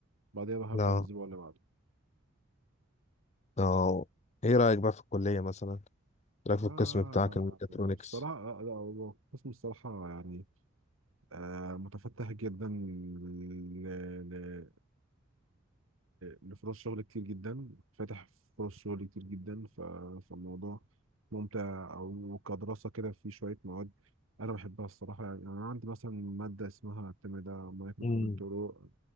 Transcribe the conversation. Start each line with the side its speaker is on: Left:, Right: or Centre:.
Right: بعدها بقى
Left: لا
Right: هبدأ الاسبوع اللي بعده
Left: لا ايه رأيك بقى في الكلية مثلا إيه رأيك
Right: آه
Left: في القسم بتاعك الميكاترونكس
Right: بصراحة آه لا هو القسم الصراحة يعني آه متفتح جدا ل- لفرص شغل كتير جدا فاتح فرص شغل كتير جدا ف- فالموضوع ممتع أو كدراسة كده في شوية مواد أنا بحبها الصراحة يعني أنا عندي مثلا مادة اسمها الترم ده مايكرو
Left: امم
Right: كنترو-